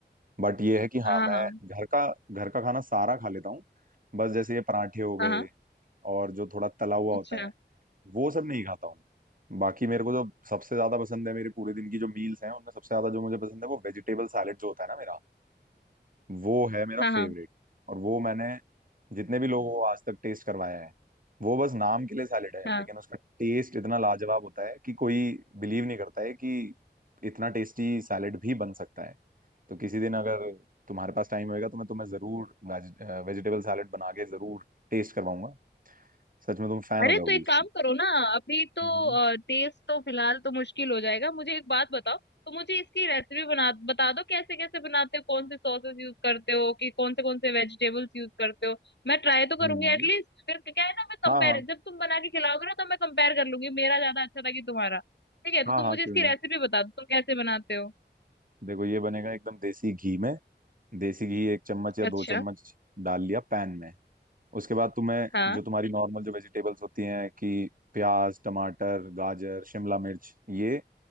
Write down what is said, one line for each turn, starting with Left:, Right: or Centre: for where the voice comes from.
Right: बट ये है कि हाँ
Left: हाँ
Right: मैं
Left: हाँ
Right: घर का घर का खाना सारा खा लेता हूँ बस जैसे ये पराठे हो गए
Left: हाँ हाँ
Right: और जो थोड़ा तला हुआ
Left: अच्छा
Right: होता है वो सब नहीं खाता हूँ बाकी मेरे को जो सबसे ज्यादा पसंद है मेरे पूरे दिन की जो मील्स हैं उनमें सबसे ज्यादा जो मुझे पसंद है वो वेजिटेबल सैलेड जो होता है ना मेरा वो है मेरा
Left: हाँ हाँ
Right: फेवरेट और वो मैंने जितने भी लोगों को आज तक टेस्ट करवाया है वो बस नाम के लिए सैलेड है
Left: हाँ
Right: लेकिन उसका टेस्ट इतना लाजवाब होता है कि कोई बिलीव नहीं करता है कि इतना टेस्टी सैलेड भी बन सकता है तो किसी दिन अगर तुम्हारे पास टाइम होएगा तो मैं तुम्हें जरूर वेजिटेबल सैलेड बना के जरूर टेस्ट करवाऊंगा सच में तुम फैन
Left: अरे
Right: हो जाओगी
Left: तो एक
Right: उसकी
Left: काम करो ना अभी तो
Right: हम्म
Left: अ, तेज तो फिलहाल तो मुश्किल हो जाएगा मुझे एक बात बताओ तो मुझे इसकी रेसिपी बना बता दो कैसे कैसे बनाते हो कौन से सॉसेस यूज करते हो कि कौन से कौन से वेजिटेबल्स यूज करते हो मैं ट्राई तो
Right: हम्म
Left: करूंगी एटलीस्ट फिर क्या है ना मैं
Right: हाँ
Left: कंपेयर
Right: हाँ
Left: जब तुम बना के खिलाओगे ना तो मैं कंपेयर कर लूंगी मेरा ज्यादा अच्छा था कि तुम्हारा ठीक है
Right: हाँ
Left: तो
Right: हाँ
Left: तुम मुझे
Right: क्यों
Left: इसकी
Right: नहीं
Left: रेसिपी बता दो तुम कैसे बनाते हो
Right: देखो ये बनेगा एकदम देसी घी में देसी घी एक चम्मच या
Left: अच्छा
Right: दो चम्मच डाल लिया पैन में उसके बाद तुम्हें
Left: हाँ
Right: जो तुम्हारी नॉर्मल जो वेजिटेबल्स होती हैं कि प्याज टमाटर गाजर शिमला मिर्च ये